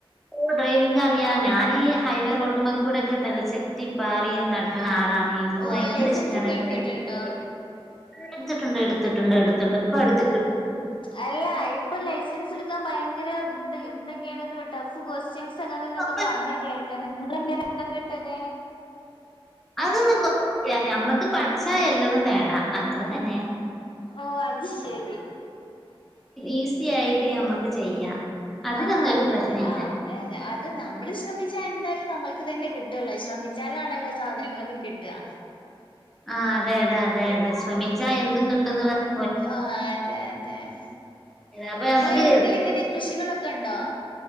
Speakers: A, in the centre; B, on the left (about 60°).
A: ഓഹ് ഡ്രൈവിംഗ അറിയാം ഞാനീ ഈ ഹൈവേ റോട്ടമ്മക്ക കൂടെക്കെ തല്ല ചെത്തി പാറി നട ആളാണ് എനിക്ക്
B: ഓ
A: ഭയങ്കര
B: ലൈസൻസ്
A: ഇഷ്ട്ടാണ്
B: ഒക്കെ എടുത്തിട്ടുണ്ടോ
A: ട്രവിങ് പഠിച്ചിട്ട് എടുത്തിട്ടുണ്ട് എടുത്തിട്ടണ്ട് എടുത്തിണ്ട് ഇപ്പ എടുത്ത്
B: അല്ല ഇ ഇപ്പൊ ലൈസൻസ് എടുക്കാൻ ഭയങ്കര ഇ ഇതൊക്കെയാണ്ന്ന് ട്ടഫ് ക്വസ്റ്റ്യൻ സ് ഒക്കെന്ന്
A: അപ്പൊ
B: പറഞ്ഞ കേൾക്കൂന്ന് നിങ്ങെ എങ്ങനെ ഇതൊക്കെട്ടത്
A: അതൊന്ന കൊറ ഞമ്മക്ക് പഠിച്ച എല്ലതും നേടാ അത്ര തന്നെ
B: ഓഹ് അത് ശരി
A: ഈസി ആയിട്ട് നമ്മക്ക് ചെയ്യാം അതിനൊന്നും
B: ആഹ് അതെ
A: ഒരു പ്രശ്നമില്ല
B: അതെ ആഹ് ഏഹ് അത് നമ്മൾ ശ്രമിച്ചാ എന്തായാലും നമ്മൾക്ക് തന്നെ കിട്ടുവല്ലോ ശ്രമിച്ചാലാണല്ലോ സാധനങ്ങളൊക്കെ കിട്ടുക
A: ആ അതെ അതെ അതെ അതെ ശ്രചക്ഷമിച്ചാ എന്തും കിട്ടുന്നു പ
B: ആഹ് അതെ അതെ നിങ്ങളെ
A: അപ്പൊ നമുക്ക്
B: വീട്ടില എങ്ങനെ കൃഷികളൊക്കെ ഉണ്ടോ